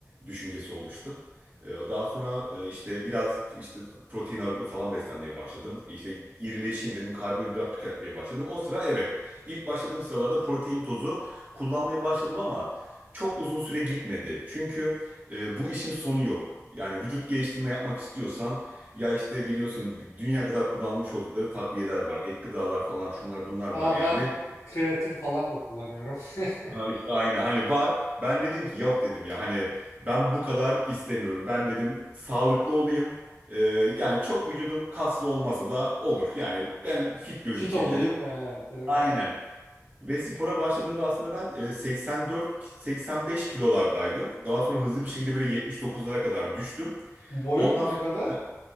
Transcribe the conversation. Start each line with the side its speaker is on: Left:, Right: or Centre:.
Right: düşüncesi oluştu. E, daha sonra e, işte biraz işte protein ağırlıklı falan beslenmeye başladım. E, İşte irileşeyim dedim karbonhidrat tüketmeye başladım. O sıra evet ilk başladığım sıralarda protein tozu kullanmaya başladım ama çok uzun süre gitmedi. Çünkü e, bu işin sonu yok. Yani vücut geliştirme yapmak istiyorsan ya işte biliyorsun dünya kadar kullanmış oldukları takviyeler var. Ek gıdalar falan şunlar bunlar var
Left: Aa
Right: yani.
Left: ben
Right: <laughs>
Left: kreatin falan da kullanıyorum. <laughs>
Right: Ha işte aynı hani var. Ben dedim ki yok dedim ya hani ben bu kadar istemiyorum. Ben dedim sağlıklı olayım. E, yani çok vücudum kaslı olmasa da olur. Yani ben fit gözükeyim
Left: Fit olayım.
Right: dedim.
Left: Evet.
Right: Aynen Ve spora başladığımda aslında ben e, 84-85 kilolardaydım. Daha sonra hızlı bir şekilde böyle 79'lara kadar düştüm.
Left: Boyun
Right: Ondan
Left: ne
Right: sonra
Left: kadar?